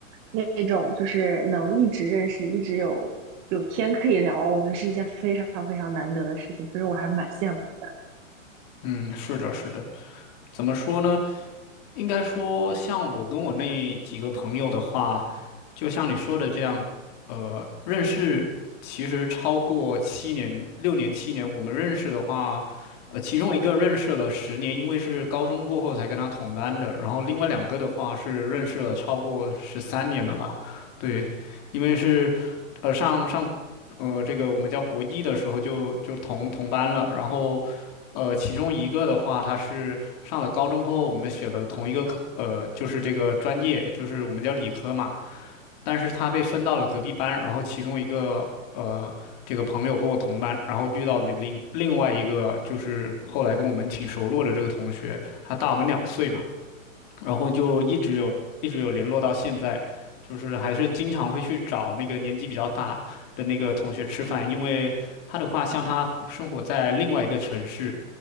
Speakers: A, on the right; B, on the left.
A: 那那种就是能一直认识，一直有有天可以聊，我觉得是一件非常非常难得的事情，所以说我还蛮羡慕的。
B: 嗯，是的，是的。怎么说呢？应该说，像我跟我那几个朋友的话，就像你说的这样，呃，认识其实超过七年、六年、七年，我们认识的话，呃，其中一个认识了十年，因为是高中过后才跟他同班的，然后另外两个的话是认识了超过十三年了吧？对，因为是，呃，上上，呃，这个我们叫国一的时候就就同同班了，然后，呃，其中一个的话他是。上了高中过后，我们选了同一个科，呃，就是这个专业，就是我们叫理科嘛。但是他被分到了隔壁班，然后其中一个呃，这个朋友跟我同班，然后遇到了另另外一个，就是后来跟我们挺熟络的这个同学，他大我们两岁嘛，然后就一直有一直有联络到现在，就是还是经常会去找那个年纪比较大的那个同学吃饭，因为他的话，像他生活在另外一个城市。